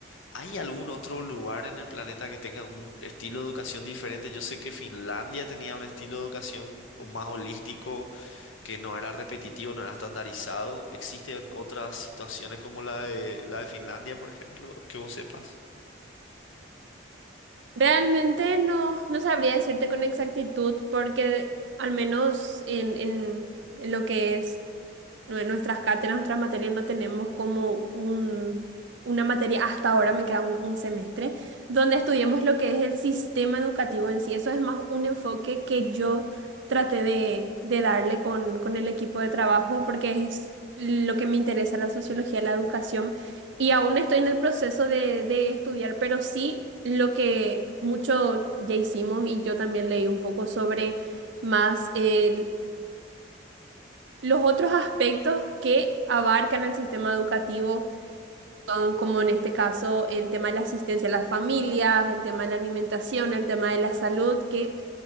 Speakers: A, on the left (about 85°); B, on the right (about 70°).
A: ¿hay algún otro lugar en el planeta que tenga un estilo de educación diferente? Yo sé que Finlandia tenía un estilo de educación más holístico, que no era repetitivo, no era estandarizado. ¿Existen otras situaciones como la de, la de Finlandia, por ejemplo, que vos sepas?
B: Realmente no, no sabría decirte con exactitud porque al menos en, en, en lo que es. No, En nuestras cátedras, nuestras materias no tenemos como un, una materia, hasta ahora me queda un, un semestre, donde estudiemos lo que es el sistema educativo en sí. Eso es más un enfoque que yo traté de, de darle con, con el equipo de trabajo porque es lo que me interesa, la sociología, la educación. Y aún estoy en el proceso de, de estudiar, pero sí lo que mucho ya hicimos y yo también leí un poco sobre más... eh, los otros aspectos que abarcan el sistema educativo son, como en este caso, el tema de la asistencia a las familias, el tema de la alimentación, el tema de la salud, que